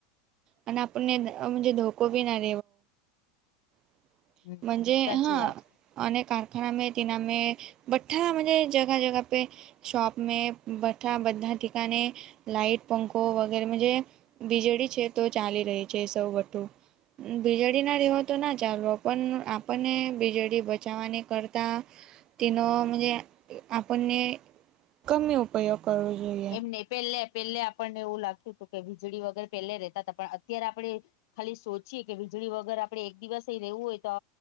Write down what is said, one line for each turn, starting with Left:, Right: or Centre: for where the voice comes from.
Right: અને આપણને મજે ધોકો બી ના <unintelligible>
Left: હમ
Right: મજે
Left: સાચી
Right: હા
Left: વાત
Right: અને કારખાના મેય તેનામે બ્ઠામાં મજે જગાહ-જગાહ પે... શોપ મે બઠ્ઠા બધા ઠિકાને લાઇટ પંખો વગેરે મે જોયા. બીજેળી છે તો ચાલી રહી. જે સૌ વઠું વીજળીના રેહો તો ના ચાલવ તો પણ આપણને વીજળી બચાવવાને કરતા તેનો મજે આપણને કમ ઉપયોગ કરવો જોઈએ.
Left: એમને પેલે પેલે આપણને એવું લાગતું હતું કે વીજળી વગર પેલે રેહતા હતા પણ અત્યારે આપણે ખાલી સોચીએ કે વીજળી વગર આપણે એક દિવસેય રહેેવું હોય તો